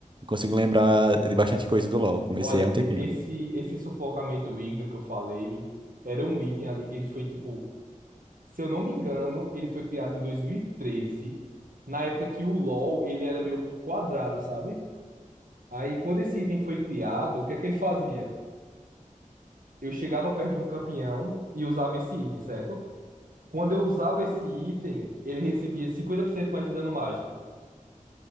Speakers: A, on the right (about 35°); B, on the right (about 85°).
A: consigo lembrar de bastante coisa do LoL. Comecei
B: olha,
A: há um tempinho.
B: e- esse esse sufocamento ígneo que eu falei era um item ali que ele foi tipo, se eu não me engano, ele foi criado em dois mil e treze na época que o LoL ele era meio que quadrado, sabe? Aí quando esse item foi criado, o que é que ele fazia? Eu chegava perto de um campeão e usava esse item, certo? Quando eu usava esse item, ele recebia 50% mais de dano mágico.